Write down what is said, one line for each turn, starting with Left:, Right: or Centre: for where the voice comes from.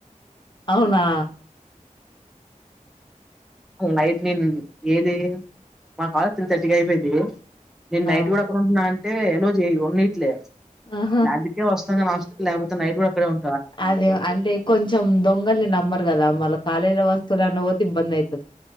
Left: అవునా
Centre: నైట్ నేను ఏది మా కాాలేజ్ త్రీ థర్టీకి అయిపోది నేను నైట్
Left: ఆ
Centre: కూడా ఎక్కడ ఉంటున్నా అడి అే ఎలోజీ ఉన్నిీట్లే
Left: ఆహా
Centre: నాదిక వస్తు లేకపోతే నైటు కూడాక్కడ ఉ
Left: అదే అంటే కొంచెం దొంగల్ని నమ్మరు కదా మల్ల కాలేజ్ లో వస్తువులున్న పో ఈబ్బంది అవుయితుది